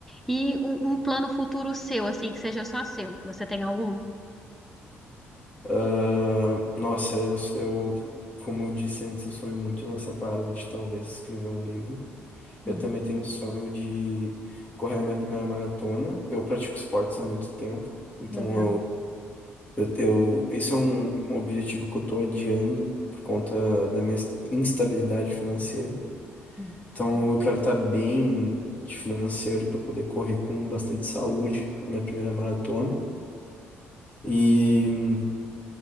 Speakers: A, in the centre; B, on the left (about 25°).
A: E um, um plano futuro seu, assim, que seja só seu. Você tem algum?
B: Ah, nossa, eu, eu, como eu disse antes, eu sonho muito nessa parada de talvez escrever um livro. Eu
A: Uhum,
B: também tenho o sonho de correr a minha primeira maratona. Eu pratico esportes há muito tempo, então
A: legal.
B: Eu, eu, esse é um um objetivo que eu tô adiando por conta da minha instabilidade financeira.
A: Uhum,
B: Então, eu quero estar bem de financeiro para poder correr com bastante saúde a minha primeira maratona. E,